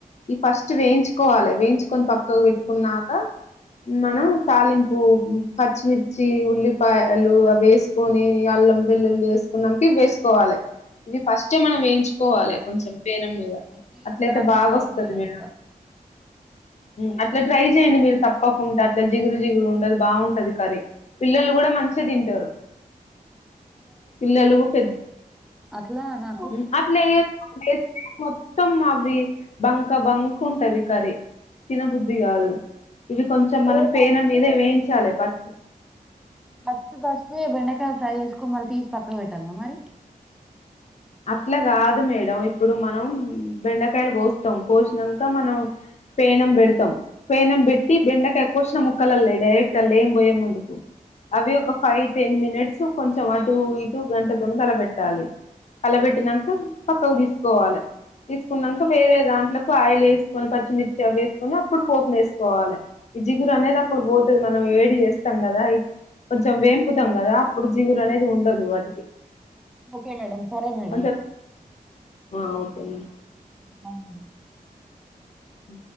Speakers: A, on the left; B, in the centre.
A: ఈ ఫస్ట్ వేయించుకోవాలి వేయించుకొని పక్కకు పెట్టుకున్నాక మనం తాలింపు పచ్చిమిర్చి ఉల్లిపాయలు అవి వేసుకొని అల్లం వేల్లుల్లి వేసుకునకే ఇవి వేసుకోవాలే ఇవి ఫస్ట్ మనం వేయించుకోవాలే కొంచెం పేనెం మీద
B: అయితే ఈసారి
A: అట్లయితే
B: అట్లా
A: బాగాస్తది
B: ట్రై చేయాలి
A: మేడం
B: ఇక
A: మ్ అట్లా ట్రై చెయండి మీరు తప్పకుండా అట్లా జిగురు జిగురు ఉండదు బాగుంటది కర్రీ పిల్లలు కూడా మంచిగా తింటారు పిల్లలు పెద్ద
B: అట్లనా
A: మ్ అట్లే <unintelligible> మొత్తం అవి బంక బంక ఉంటది కరీ తినబుద్ధి కాదు ఇవి కొంచెం
B: డే
A: మనం
B: ఫస్ట్
A: పేనం మీద వేయించాలి ప
B: ఫస్ట్ ఫస్ట్ బెండకాయలు ఫ్రై చేసుకని మళ్ళీ తీసి పక్కకు పెట్టాల్న్నా మరి
A: అట్లా కాదు మేడం ఇప్పుడు మనం బెండకాయలు కోస్తాం కోసినంక మనం పేనం పెడతాం పేనం పెట్టి బెండకయ్ కోసిన ము క్కళ్ళేయ్ డైరెక్ట్ య్ అల్ల ఎం పోయ ముందుకు అవి ఒక ఫైవ్ టెన్ మినిట్స్ కొంచెం అటు ఇటు గంటతోని కలబెట్టాలి కలబెట్టినాక పక్కకు తీసుకోవాలి తీసుకున్నాక వేరే దాంట్లోలకు ఆయిలేస్ కొని పచ్చిమిర్చి వేసుకుని అప్పుడు పోపుసుకోవాలే ఈ జిగురు అనేది అప్పుడు పోతది మనం వేడి చేస్ తాం కదా కొంచెం వేంపుతాం కదా అప్పుడు జిగురు అనేది ఉండదు వాటికి
B: ఓకే మేడం సరే మేడం
A: కొంచెం ఆ ఓకే మేమ్
B: ఆ
A: ఉ